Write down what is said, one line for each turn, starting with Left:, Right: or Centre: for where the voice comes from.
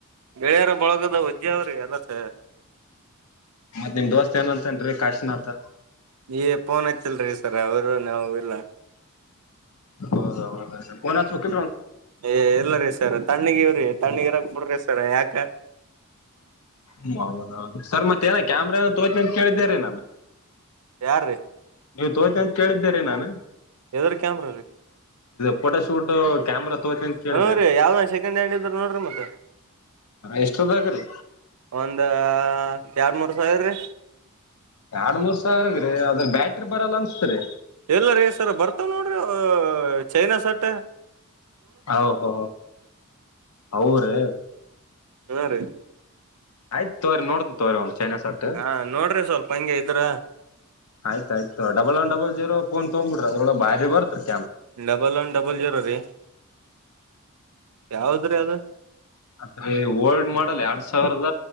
Right: ಬೆಳೆಯರ ಬಳಗದ ವಿಜ ಅವ್ರಿ ಎಲ್ಲ ಸ
Left: ಮತ್ತತ್ ನಿಮ್ ದೋಸ್ತ್ ಏನ್ ಅಂತನ್ರರಿ ಕಾಶಿನಥ
Right: ನೀ ಪೋನ್ ಹಚ್ಚಲ್ರಿ ಸರ್ ಅವರು ನಾವು ಇಲ್ಲ
Left: ಹೌದಾ ಹೌದಾ ಪೋನಕಲ್
Right: ಏ ಎಲ್ಲರಿ ಸಾರ ತಣ್ಣಗೀವ್ರೀ ತಣ್ಣಗಿರ ಬಿಡ್ರಿ ಸರ ಯಾಕ
Left: ಹ ಹೌದೌದು ಸರ್ ಮತ್ತೇಏನ ಕ್ಯಾಮ್ರ ಏನೋ ತೋತ್ನೆಂತ್ ಕೇಳಿದ್ದೇ ರೀ ನಾನ.
Right: ಯಾರ್ರೀ
Left: ನೀವು ತೋತನ್ಯಾಂತ್ ಕೇಳಿದ್ದೇರಿ ನಾನ.
Right: ಏದರ್ ಕ್ಯಾಮ್ರ ರೀ
Left: ಫೋಟೋ ಶೂಟ್ ಕ್ಯಾಮ್ರಾ ತೋತ್ನಿ ಅಂತ ಕೇಳಿದ್ದೆ
Right: ಹ್ಮ ರೀ ಯಾವ್ದ ಸೆಕೆಂಡ್ ಹ್ಯಾಂಡ್ ಇದ್ರ ನೋಡ್ರಿ ಮತ್ತ.
Left: ಎಷ್ಟದಾಗ್ರಿ
Right: ಒಂದಾ ಎರಡ ಮೂರ್ ಸಾವಿರಿ
Left: ಎರಡ್ ಮೂರ್ ಸಾವಿರ್ಗ್ರಿ ಅದ್ರ ಬ್ಯಾಟ್ರಿ ಬರಲ್ಲ ಅನ್ಸ್ತರಿ.
Right: ಇಲ್ಲಾರಿ ಸರ್ ಬರ್ತಾವ ನೋಡ್ರಿ ಅವು ಚೈನಾ ಸಟ್ಟ.
Left: ಹ ಹೋ ಔರಿ.
Right: ಹ್ಮ್ ರೀ
Left: ಆಯ್ತ ತೋರಿ ನೋಡ್ತನಂತ್ ತೋರಿ ಅವ್ನ. ಚೈನಾ ಸಟ್
Right: ಹಾ ನೋಡ್ರಿ ಸ್ವಲ್ಪ ಹಂಗೆ ಇದ್ರ
Left: ಆಯ್ತ ಆಯ್ತು double one double zero phone ತೊಗೊಂಡ ಬುಡ್ರಿ ಅದರ್ ಒಳಗ್ ಭಾರಿ ಬರ್ತ್ರಿ-
Right: ಡಬಲ್ ಒನ್ ಡಬಲ್ ಜೀರೋ ರೀ ಯಾವ್ದ ದರಿ ಅದ.
Left: ಅದರಿ ಓಲ್ಡ್ ಮಾಡಲ್ ಎರಡ್ ಸಾವಿರದ